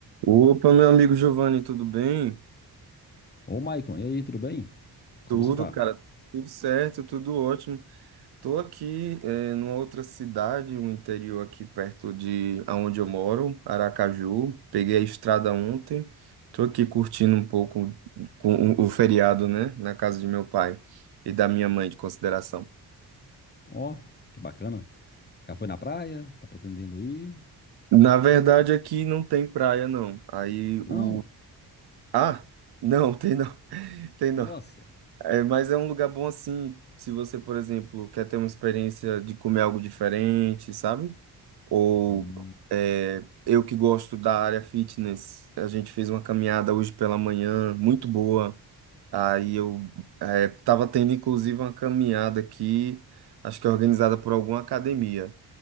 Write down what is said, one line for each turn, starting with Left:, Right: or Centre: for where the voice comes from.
Right: Opa, meu amigo Giovanni, tudo bem?
Left: Ô, Maicon, e aí, tudo bem? Como
Right: Tudo,
Left: você está?
Right: cara, tudo certo, tudo ótimo. Tô aqui, eh, numa outra cidade, um interior aqui perto de aonde eu moro, Aracaju. Peguei a estrada ontem. Tô aqui curtindo um pouco com o o feriado, né, na casa de meu pai e da minha mãe, de consideração.
Left: Ó, que bacana. Já foi na praia? Tá pretendendo ir?
Right: Na verdade, aqui não tem praia, não. Aí
Left: Não.
Right: o. Ah, não, tem não. <laughs> Tem não.
Left: Nossa.
Right: É, mas é um lugar bom assim, se você, por exemplo, quer ter uma experiência de comer algo diferente, sabe? Ou
Left: Hum,
Right: é, eu que gosto da área fitness, a gente fez uma caminhada hoje pela manhã, muito boa. Aí eu é, tava tendo inclusive uma caminhada aqui, acho que é organizada por alguma academia,